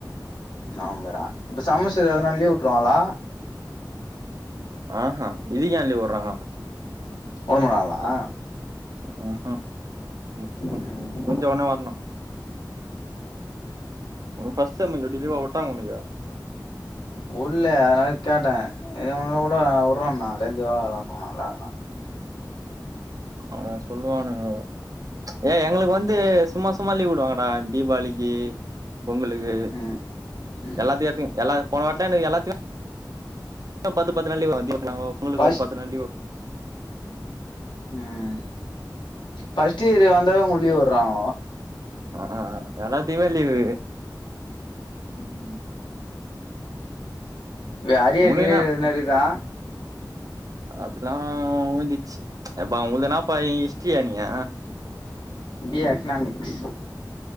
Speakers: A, on the left; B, on the right.
A: நவொம்பரா இப்ப செமஸ்டர் எதுனா லீவ் வுட்ருவாங்ளா
B: ஆஹா இதுக்கு ஏன் லீவ் வுட்றாங்க
A: வுட மாட்டாங்களா
B: உம் ம் மு மு
A: ம்
B: மூஞ்சோன்னே வர்ணும் ஒங்ளுக் ஃபஸ்ட் செம் எப்டி லீவ்வா வுட்டாங்க ஒனக்கு
A: வுள்ள அத்னால கேட்டேன் இவ்ளோ நாளா வுட்ல வுட்றனாலே செவ்வா கெழமனல்லா
B: அவனுக சொல்லுவானுங்க ஏய் எங்ளுக்கு வந்து சும்மா சும்மா லீவ் வுடுவாங்கடா தீபாளிக்கு பொங்கலுக்கு
A: ம் ம்
B: எல்லாத்தை ஏத்துங் எல்லா போன வாட்லா எனக்கு எல்லாத்துக்கு பத்து பத்து நாள் லீவ் <inaudible> வாங்க பொங்கலுக்கு
A: ஃபஸ்ட்
B: ஒரு பத்து நாள் லீவ் !!!!!!!!!!
A: ம் ஃபஸ்ட் இயரு வந்தவங் உள்ளயே வுர்றாங்கோ
B: அஹ் ஆ எல்லாத்தியுமே லீவு
A: ம் வே அரியர்
B: உங்களுக்குன்னா
A: கிரியர் எதுனா இருக்குதா
B: அதெல்லாம் ஒய்ந்துச்சு எப்பா ஒங்கள்து என்னப்பா நீ ஹிஸ்ட்ரியா நீங்க
A: பி எ எக்னாமிக்ஸ்